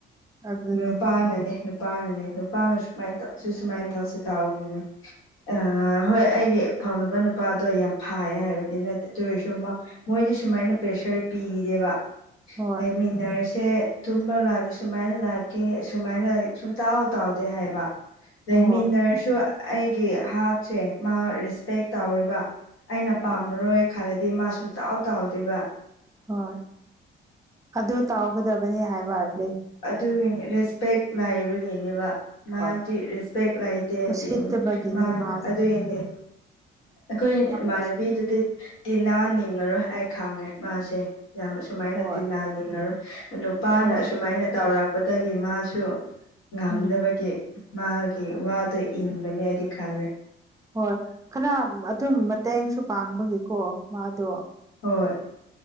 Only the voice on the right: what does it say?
ꯑꯗꯨꯅꯦ
ꯍꯣꯏ
ꯍꯣꯏ
ꯍꯣꯏ
ꯍꯣꯏ ꯑꯗꯨ ꯇꯥꯎꯒꯗꯕꯅꯤ ꯍꯥꯏꯕꯗꯤ
ꯍꯣꯏ
ꯎꯁꯤꯠꯇꯕꯒꯤꯅꯦ
ꯃꯥꯁꯦ
ꯌꯥꯝ
ꯎꯁꯤꯠ
ꯍꯣꯏ
ꯍꯣꯏ
ꯎꯝ
ꯍꯣꯏ ꯈꯔ ꯑꯗꯨꯝ ꯃꯇꯦꯡꯁꯨ ꯄꯥꯡꯕꯒꯤꯀꯣ ꯃꯥꯗꯣ